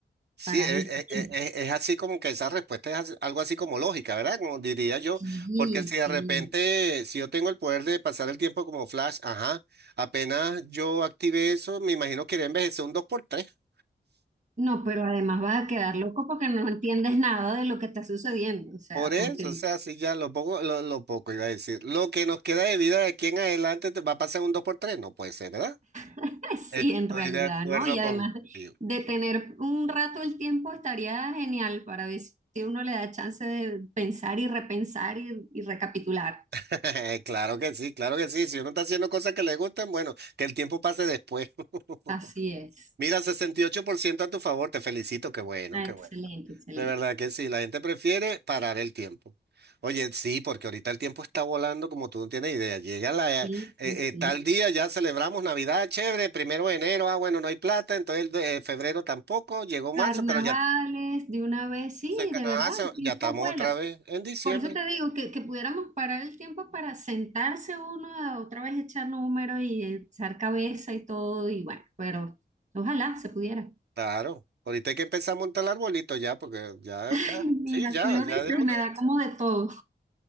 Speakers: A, on the right (about 65°); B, on the right (about 40°).
A: Sí,
B: parar
A: e-
B: el tiempo.
A: e- e- e- es, así como que esa respuesta es así- algo así como lógica, ¿verdad? Como diría yo,
B: Sí,
A: porque si
B: sí.
A: de repente, si yo tengo el poder de pasar el tiempo como Flash, ajá, apenas yo active eso, me imagino que iré a envejecer un dos por tres.
B: No, pero además vas a quedar loco porque no entiendes nada de lo que está sucediendo. O sea,
A: Por eso,
B: porque
A: o sea, si ya lo poco, lo, lo poco iba a decir. Lo que nos queda de vida de aquí en adelante te va a pasar un 2 por 3, no puede ser, ¿verdad?
B: <laughs>
A: Estoy
B: sí, en realidad,
A: de acuerdo
B: ¿no? Y además
A: contigo.
B: de tener un rato el tiempo estaría genial para ver si uno le da chance de pensar y repensar y, y recapitular.
A: <laughs> Claro que sí, claro que sí. Si uno está haciendo cosas que le gustan, bueno, que el tiempo pase después. <laughs>
B: Así es.
A: Mira, 68% a tu favor, te felicito, qué bueno,
B: Ah,
A: qué
B: excelente,
A: bueno.
B: excelente.
A: De verdad que sí, la gente prefiere parar el tiempo. Oye, sí, porque ahorita el tiempo está volando como tú no tienes idea. Llega la,
B: Sí,
A: eh, eh,
B: sí,
A: eh,
B: sí.
A: tal día, ya celebramos Navidad, chévere, primero de enero, ah, bueno, no hay plata, entonces el de- eh, febrero tampoco, llegó
B: Carnavales,
A: marzo, pero ya
B: de una vez, sí,
A: se Canadá,
B: de verdad,
A: se-
B: el tiempo
A: ya estamos
B: vuela.
A: otra vez en diciembre.
B: Por eso te digo que, que pudiéramos parar el tiempo para sentarse uno a otra vez echar números y echar cabeza y todo, y bueno, pero ojalá se pudiera.
A: Claro, ahorita hay que empezar a montar el arbolito ya, porque ya,
B: Ay,
A: ya,
B: mira,
A: sí, ya,
B: tú lo
A: ya
B: dices
A: de
B: y
A: una
B: me
A: vez.
B: da como de todo.